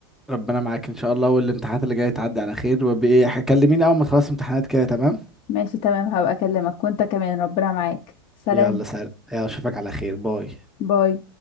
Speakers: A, in the centre; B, on the left.
A: ربنا معاك ان شاء الله والامتحانات اللي جايه تعدي على خير وبايه كلميني اول ما تخلص امتحانات كده تمام
B: ماشي تمام هبقى اكلمك وانت كمان ربنا معاك سلام
A: يلا سلام يلا اشوفك على خير باي
B: باي